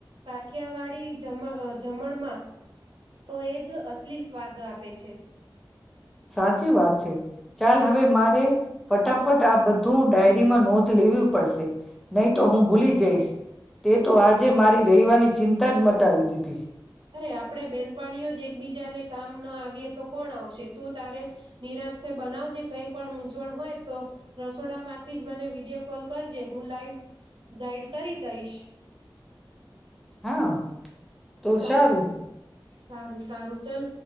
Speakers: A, on the right; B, in the centre.
A: છે કઠિયાવાડી જમ અ જમણમાં તો એ જ અસલી સ્વાદ આપે છે.
B: સાચી વાત છે ચાલ હવે મારે ફટાફટ આ બધું ડાયરીમાં નોંધ લેવી પડશે. નહી તો હું ભૂલી જઈશ તે તો આજે મારી રવિવારની ચિંતા જ મટાવી દીધી.
A: અરે આપણેે બેનપાણીઓ જ એકબીજાને કામ ના આવીએ તો કોણ આવશે તું તારે નિરાંતે બનાવજે કઈ પણ મૂંઝવણ હોય તો રસોડામાંથી જ મને વિડીયો કોલ કરજે હું લાઈવ ગાઈડ કરી દઈશ.
B: હા. તો
A: સ
B: સારું
A: સારું સારું. ચાલ.